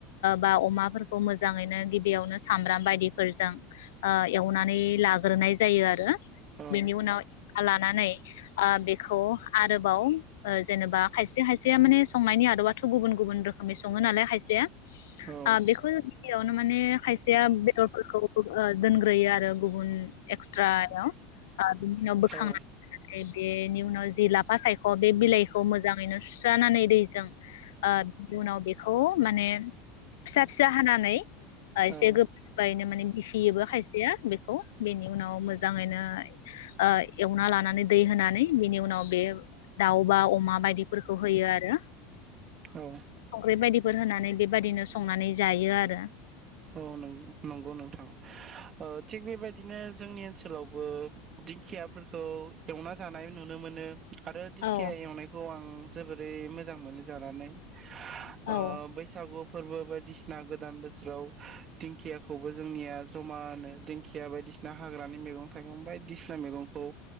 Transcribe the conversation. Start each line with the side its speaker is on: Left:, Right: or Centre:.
Left: बा अमाफोरखौ मोजाङैनो गिबियावनो सामब्राम बायदिफोरजों ओ एवनानै लाग्रोनाय जायो आरो।
Right: औ
Left: बेनि उनाव <unintelligible> नानै ओ बेखौ आरोबाव ओ जेनेबा खायसे खायसेया माने संनायनि आदबाथ' गुबुन गुबुन रोखोमनि सङो नालाय खायसेया ओ
Right: औ
Left: बेखौ जों गिबियावनो माने खायसेया बेदरफोरखौ ओ दोनग्रोयो आरो गुबुन एक्सट्रायाव ओ बिनि उनाव बोखां
Right: औ
Left: बेनि उनाव जि ला फासायख' बे बिलाइखौ मोजाङैनो सुस्रानानै दैजों ओ उनाव बेखौ माने फिसा फिसा हानानै ओ
Right: औ
Left: एसे गोबायैनो माने <unintelligible> खायसेया बेखौ, बेनि उनाव मोजाङैनो ओ एवना लानानै दै होनानै बेनि उनाव बे दाउ बा अमा बायदिफोरखौ होयो आरो।
Right: औ
Left: संख्रि बायदिफोर होनानै बेबायदिनो सं संनानै जायो आरो।
Right: औ नं-नंगौ नोंथां ओ थिग बेबायदि दिनो जोंनि ओनसोलावबो दिंखियाफोरखौ एवना जानाय नुनो मोनो आरो दिखिया
Left: औ
Right: एवनायखौ आं जोबोरै मोजां मोनो जानानै।
Left: औ
Right: ओ बैसागु फोरबो बायदिसिना गोदान बोसोराव दिंखियाखौबो जोंनिया ज'मानो दिंखिया बायदिसिना हाग्रानि मैगं थाइगं बायदिसिना मैगंखौ